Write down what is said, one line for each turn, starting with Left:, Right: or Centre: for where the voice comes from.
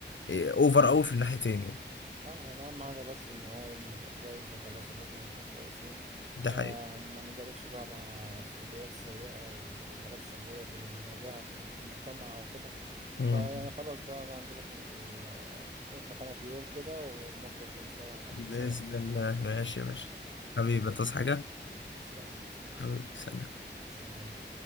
Left: إيه، اوفر قوي في الناحيتين يعني
Right: اه يعني اهم حاجة بس ان هو يبني يبقى نبقى كويس وخلاص ان احنا نكون كويسين
Left: ده
Right: آه
Left: حقيقي
Right: ما نجرفش بقى مع السلوكيات السيئة وال- والحاجات السلبية اللي بنواجهها في في المجتمع او كده
Left: مم.
Right: فيعني خلاص بقى انا هجيلك ال- مكانك يوم كده ونخرج يوم سوا نقضي
Left: باذن
Right: سوا يعني
Left: الله ماشي ماشي
Right: حبيبي
Left: حبيبي تصحى
Right: حبيبي
Left: حاجه
Right: تسلم لي، تسلم
Left: حبيبي سلام
Right: سلام